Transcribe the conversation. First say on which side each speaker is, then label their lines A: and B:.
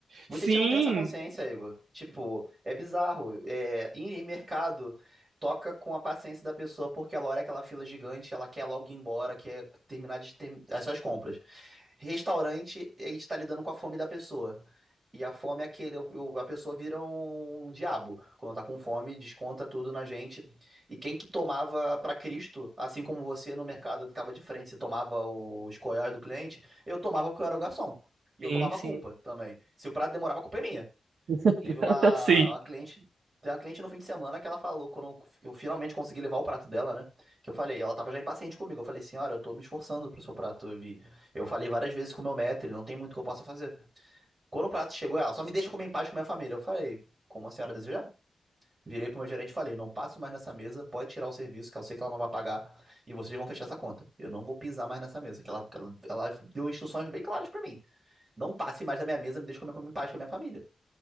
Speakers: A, on the right; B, on the right.
A: Muita
B: Sim.
A: gente não tem essa consciência, Igor. Tipo, é bizarro. É, em mercado, toca com a paciência da pessoa porque ela olha aquela fila gigante, ela quer logo ir embora, quer terminar de ter as suas compras. Restaurante, a gente tá lidando com a fome da pessoa. E a fome é aquele, o- o- a pessoa vira um diabo. Quando tá com fome, desconta tudo na gente. E quem que tomava pra Cristo, assim como você no mercado que tava de frente, você tomava os coiós do cliente, eu tomava porque eu era o garçom. E eu
B: Sim,
A: tomava
B: sim.
A: a culpa também. Se o prato demorava, a culpa é minha.
B: <laughs>
A: Teve uma,
B: Sim.
A: uma cliente, tem uma cliente no fim de semana que ela falou, quando eu finalmente consegui levar o prato dela, né? Que eu falei, ela tava já impaciente comigo. Eu falei, senhora, eu tô me esforçando pro seu prato. Eu vi, eu falei várias vezes com o meu maître, não tem muito que eu possa fazer. Quando o prato chegou, ela só me deixa comer em paz com a minha família. Eu falei, como a senhora desejar? Virei pro meu gerente e falei, não passo mais nessa mesa, pode tirar o serviço, que eu sei que ela não vai pagar, e vocês vão fechar essa conta. Eu não vou pisar mais nessa mesa, que ela, que ela ela deu instruções bem claras pra mim. Não passe mais da minha mesa, me deixe comer, comer em paz com a minha família.